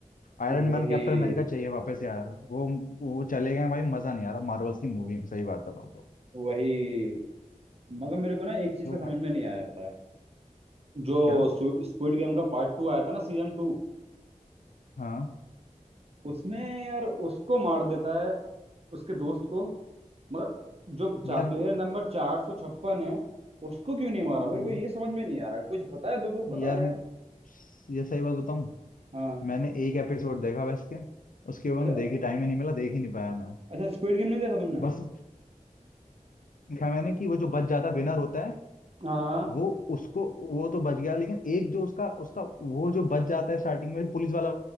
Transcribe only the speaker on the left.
आयरन
मैन कैप्टन अमेरिका चाहिए वापस यार वो वो चले गए भाई मजा नहीं आ रहा मार्वल्स की मूवी में सही बात बताऊं तो
जो
भाई
क्या
हाँ
यार
हम्म,
यार
ये सही बात बताऊं
मैंने एक एपिसोड देखा बस के उसके बाद
में देखी टाइम ही नहीं मिला देख ही नहीं पाया मैं
बस देखा मैंने कि वो जो बच जाता विनर होता है
वो उसको वो तो बच गया लेकिन एक जो उसका उसका वो जो बच जाता है स्टार्टिंग में जो पुलिस वाला